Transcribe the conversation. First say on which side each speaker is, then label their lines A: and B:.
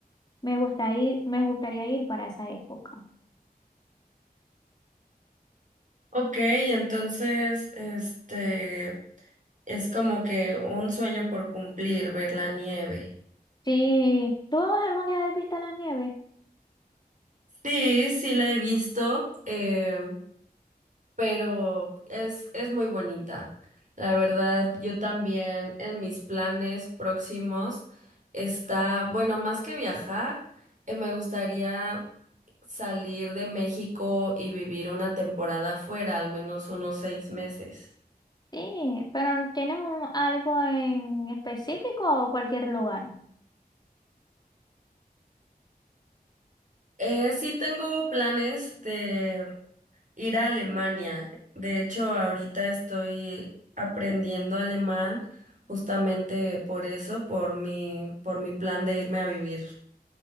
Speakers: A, on the left (about 25°); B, on the right (about 55°).
A: me gusta ir, me gustaría ir para esa época.
B: Ok, entonces, este, es como que un sueño por cumplir, ver la nieve.
A: Si tú algún día has visto la nieve,
B: Sí, sí la he visto. Em, pero es, es muy bonita. La verdad, yo también en mis planes próximos está, bueno, más que viajar, eh, me gustaría salir de México y vivir una temporada fuera, al menos unos seis meses.
A: sí, pero ¿tienes un- algo en específico o cualquier lugar?
B: Eh, sí tengo planes de ir a Alemania. De hecho, ahorita estoy aprendiendo alemán justamente por eso, por mi, por mi plan de irme a vivir.